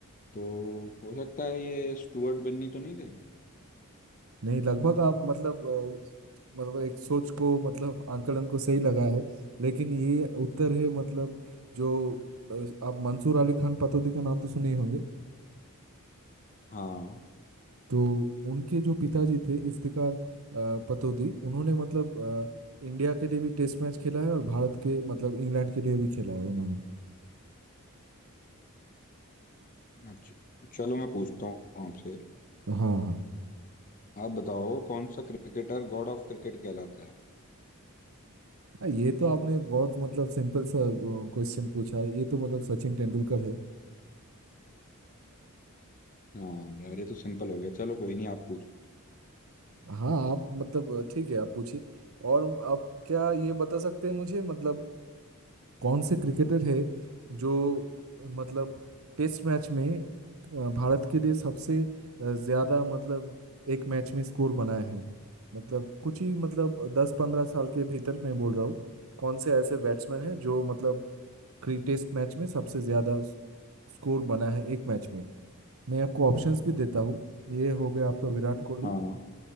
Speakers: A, on the left; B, on the right.
A: तो हो सकता है ये स्टुअर्ट बिन्नी तो नहीं थे
B: नहीं लगभग आप मतलब अ, मतलब एक सोच को मतलब आंकलन को सही लगा है लेकिन ये उत्तर है मतलब जो अ, आप मंसूर अली खान पटौदी का नाम तो सुने ही होंगे
A: हाँ
B: तो उनके जो पिताजी थे इफ्तिकार अ, पटौदी उन्होंने मतलब अ, इंडिया के लिए भी टेस्ट मैच खेला है और भारत के मतलब इंग्लैंड के लिए भी खेला है उन्होंने
A: अच्छा चलो मैं पूछता हूँ आपसे
B: हाँ हाँ
A: आप बताओ कौन सा क्रिकेटर गॉड ऑफ क्रिकेट कहलाता है
B: अ, ये तो आपने बहुत मतलब सिंपल सा क्वेश्चन पूछा है ये तो मतलब सचिन तेंदुलकर है
A: हाँ यार ये तो सिंपल हो गया चलो कोई नहीं आप पूछो
B: हाँ आप मतलब ठीक है आप पूछिए और आप क्या ये बता सकते हैं मुझे मतलब कौन से क्रिकेटर है जो मतलब टेस्ट मैच में अ, भारत के लिए सबसे अ, ज्यादा मतलब एक मैच में स्कोर बनाए हैं मतलब कुछ ही मतलब दस पंद्रह साल के भीतर मैं बोल रहा हूँ कौन से ऐसे बैट्समैन हैं जो मतलब क्रि- टेस्ट मैच में सबसे ज्यादा स- स्कोर बना है एक मैच में मैं आपको ऑप्शंस भी देता हूँ ये हो गया
A: हम्म,
B: आपका विराट कोहली
A: हाँ